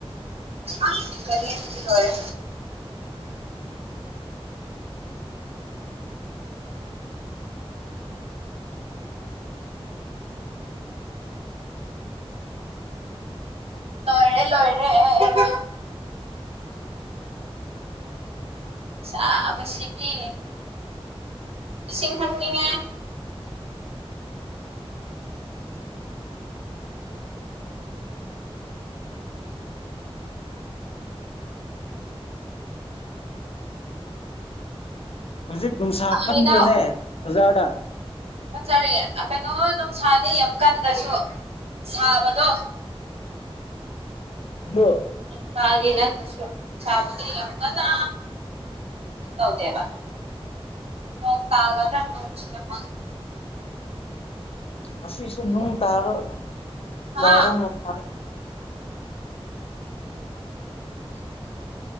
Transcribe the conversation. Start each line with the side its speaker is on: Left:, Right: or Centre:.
Right: ꯑ ꯀꯔꯤꯌꯥ ꯇ ꯂꯣꯏꯔꯦ ꯂꯣꯏꯔꯦ ꯂꯣꯏꯔꯦ ꯁꯥꯕꯁꯤꯗꯤ ꯏꯁꯤꯡ ꯊꯛꯅꯤꯉꯦ
Left: <unintelligible> ꯍꯧꯖꯤꯛ ꯅꯨꯡꯁꯥ
Right: ꯍꯩꯅꯧ
Left: ꯀꯟꯕ꯭ꯔꯅꯦ ꯕꯖꯥꯔꯗ
Right: ꯐꯖꯔꯤ ꯀꯩꯅꯣ ꯑꯗꯨꯝ ꯁꯥꯅꯤ ꯑꯃꯨꯛꯀꯥꯟꯗꯁꯨ ꯁꯥꯕꯗꯣ
Left: <unintelligible> ꯑꯗꯣ
Right: ꯅ ꯅꯠꯇꯁꯨ ꯅꯨꯡꯁꯥꯕꯨꯗꯤ ꯌꯥꯝ ꯀꯅꯥ ꯇꯧꯗꯦꯕ ꯅꯣꯡ ꯇꯥꯒꯗ꯭ꯔ <unintelligible>
Left: ꯑꯁꯤꯁꯨ ꯅꯨꯡ ꯇꯥꯔꯣꯏ
Right: ꯍꯥ
Left: ꯇ <unintelligible>